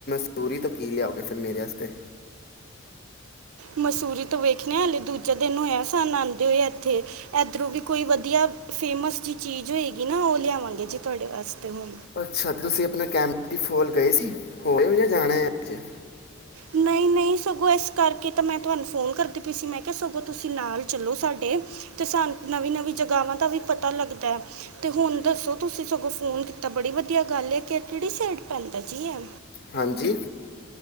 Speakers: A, on the left; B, on the right.
A: <unintelligible> ਤੋਂ ਕੀ ਲੇਆਓਗੇ ਫਿਰ ਮੇਰੇ ਵਸਤੇ?
B: ਮਸੂਰੀ ਤੋਂ ਵੇਖਨੇ ਆ, ਹਾਲੇ ਦੂਜਾ ਦਿਨ ਹੋਏਆ ਸਾਨ ਆਂਦੇ ਹੋਏ ਏਥੇ। ਐਦਰੋ ਦੀ ਵੀ ਕੋਈ ਵਦੀਆ ਫੇਮਸ ਜਿ ਚੀਜ ਹੋਏਗੀ ਨਾ, ਓ ਲਿਆਵਾਂਗੇ ਜੀ ਤੁਹਾੜੇ ਵਾਸਤੇ ਹੁਨ।
A: ਅੱਛਾ, ਤੁਸੀ ਅਪਨਾ <unintelligible> ਗਏ ਸੀ ਹੋ ਆਏ ਓ ਯਾ ਜਾਣੈ ਹ
B: ਨਹੀਂ, ਨਹੀਂ ਸਗੋਂ ਏਸ ਕਰਕੇ ਤਾਂ ਮੈਂ ਤੁਹਾਨੂੰ ਫੋਨ ਕਰਦੀ ਪਈ ਸੀ। ਮੈਂ ਕੇਆ ਸਗੋਂ ਤੁਸੀਂ ਨਾਲ ਚਲੋ ਸਾਡੇ, ਤੇ ਸਾ ਨਵੀਂ, ਨਵੀਂ ਜਗਾਵਾਂ ਦਾ ਵੀ ਪਤਾ ਲੱਗਦੈ, ਤੇ ਹੁਨ ਦੱਸੋ ਤੁਸੀਂ ਸਗੋਂ ਫੋਨ ਕੀਤਾ ਬੜੀ ਵਧੀਆ ਗੱਲ ਏ। ਕਿਹੜੀ ਸਾਈਡ ਪੈਂਦਾ ਜੀ ਐ?
A: ਹਾਂਜੀ?